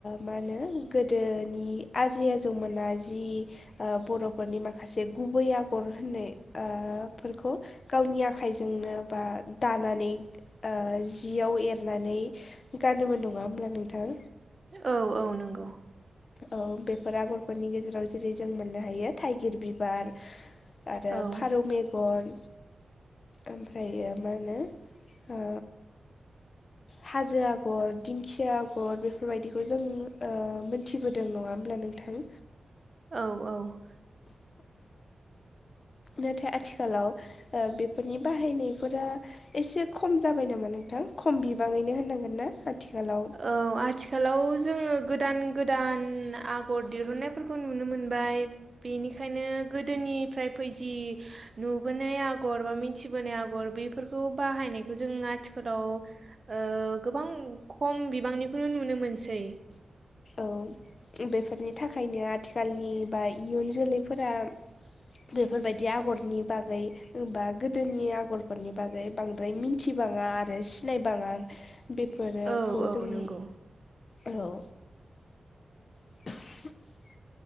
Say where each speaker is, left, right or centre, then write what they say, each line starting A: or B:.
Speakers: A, on the left (about 50°); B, on the right (about 40°).
A: मा होनो गोदोनि आजै आजौमोना जि ओ बर'फोरनि माखासे गुबै आगर होननाय ओ फोरखौ गावनि आखाइजोंनो बा दानानै ओ जियाव एरनानै गानोमोन नङा होमब्ला नोंथां
B: औ औ नंगौ
A: औ बेफोर आगरफोरनि गेजेराव जेरै जों मोननो हायो थाइगिर बिबार आरो
B: औ
A: फारौ मेगन ओमफ्रायो मा होनो ओ
B: <unintelligible>
A: हाजो आगर दिंखिया आगर बेफोरबायदिखौ जों ओ मोनथिबोदों नङा होमब्ला नोंथां
B: औ औ
A: नाथाय आथिखालाव ओ बेफोरनि बाहायनायफोरा एसे खम जाबाय नामा नोंथां खम बिबाङैनो होननांगोन ना आथिखालाव
B: औ आथिखालाव जोङो गोदान गोदान आगर दिहुननायफोरखौ नुनो मोनबाय बेनिखायनो गोदोनिफ्राय फैजि नुबोनाय आगर बा मिथिबोनाय आगर बेफोरखौ बाहायनायखौ जों आथिखालाव ओ गोबां खम बिबांनिखौनो नुनो मोनसै
A: औ बेफोरनि थाखायनो आथिखालनि बा इयुन जोलैफोरा बेफोरबायदि आगरनि बागै बा गोदोनि आगरफोरनि बागै बांद्राय मिथि थिबाङा आरो सिनायबाङा बेफोरोफोरखौ
B: औ औ
A: जों
B: नंगौ
A: औ <unintelligible>